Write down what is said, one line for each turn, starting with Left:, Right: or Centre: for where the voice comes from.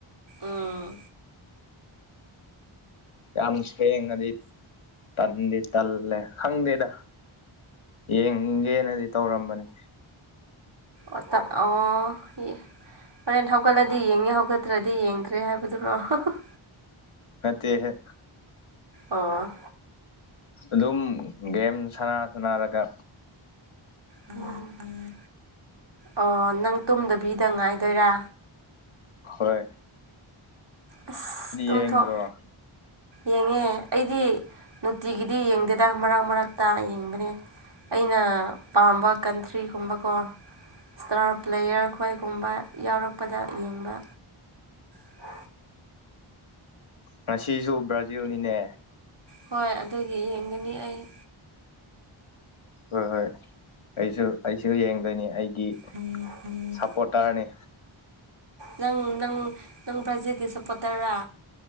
Right: ꯑꯝꯝꯝ
Left: ꯌꯥꯝ ꯊ°ꯡꯉꯗꯤ ꯇꯟꯗꯤ ꯇꯜꯂꯦ ꯈꯪꯗꯦꯗꯥ꯫ ꯌꯦꯡꯒꯦꯅꯥꯗꯤ ꯇꯧꯔꯝꯕꯅꯤ ꯫
Right: ꯑꫭꯑꫭ ꯍꯣꯔꯦꯟ ꯍꯧꯒꯠꯂꯗꯤ ꯌꯦꯡꯉꯤ ꯍꯧꯒꯠꯇ꯭ꯔꯗꯤ ꯌꯦꯡꯗ꯭ꯔꯦ ꯍꯥꯏꯕꯗꯨꯔꯣ ꯍꯥꯍꯥ
Left: ꯃꯠꯇ° ꯍꯦ
Right: ꯑꫭꯑꫭ
Left: ꯑꯗꯨꯝ ꯒꯦꯝ ꯁꯥꯟꯅꯥ ꯁꯅꯔꯒꯥ꯫
Right: ꯑꯝ ꯑꯝ ꯑꫭ ꯅꯪ ꯇꯨꯝꯗꯕꯤꯗ ꯉꯥꯏꯗꯣꯏꯔꯥ꯫
Left: ꯍꯣꯏꯏꯏ
Right: ꯑꯥꯁ ꯇꯨꯝꯊꯣꯛ꯫
Left: ꯌꯦꯡꯗ꯭ꯔꯣ ꯑ
Right: ꯌꯦꯡꯉꯦ ꯑꯩꯗꯤ ꯅꯨꯡꯇꯤꯒꯤꯗꯤ ꯌꯦꯡꯗꯦꯗꯥ ꯃꯔꯛ ꯃꯔꯛꯇ ꯌꯦꯡꯕꯅꯤ꯫ ꯑꯩꯅ ꯄꯥꯝꯕꯥ ꯀꯟꯇ꯭ꯔꯤꯒꯨꯝꯕ ꯀꯣ꯫ ꯏꯁꯇꯥꯔ ꯄ꯭ꯂꯦꯌꯔ ꯈꯣꯏꯒꯨꯝꯕꯗꯥ ꯌꯥꯎꯔꯛꯄꯗꯥ ꯌꯦꯡꯕꯥ꯫ ꯎꯝ
Left: ꯉꯁꯤꯁꯨ ꯕ꯭ꯔꯥꯖꯤꯜꯅꯤꯅꯦ
Right: ꯍꯣꯏ ꯑꯗꯨꯒꯤ ꯌꯦꯡꯒꯅꯤ ꯑꯩ
Left: ꯍꯣꯏ ꯍꯣꯏ ꯑꯩꯁꯨ ꯑꯩꯁꯨ ꯌꯦꯡꯗꯣꯏꯅꯤ ꯑꯩꯒꯤ
Right: ꯇꯨꯠꯇꯨꯠinaudible
Left: ꯁꯞꯄꯣꯔꯇꯔꯅꯤ
Right: ꯅꯪ ꯅꯪ ꯅꯪ ꯕ꯭ꯔꯖꯤꯜꯒꯤ ꯁꯄꯣꯔꯠ ꯇꯔꯥ